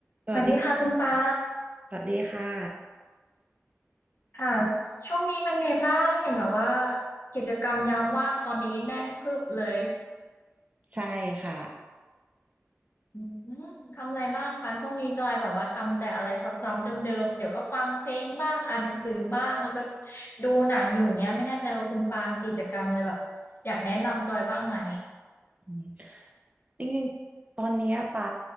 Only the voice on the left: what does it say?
สวัสดีค่ะคุณปา
ค่ะช่วงนี้เป็นไงบ้างเห็นแบบว่ากิจกรรมยามว่างตอนนี้แน่นพึบเลย
อืมทำอะไรบ้างคะช่วงนี้จอยแบบว่าทำแต่อะไรซ้ำๆเดิมๆเดี๋ยวก็ฟังเพลงบ้างอ่านหนังสือบ้างแล้วก็ดูหนังอยู่อย่างเงี้ยไม่แน่ใจว่าคุณปาล์มีกิจกรรมอะไรแบบอยากแนะนำจอยบ้างไหม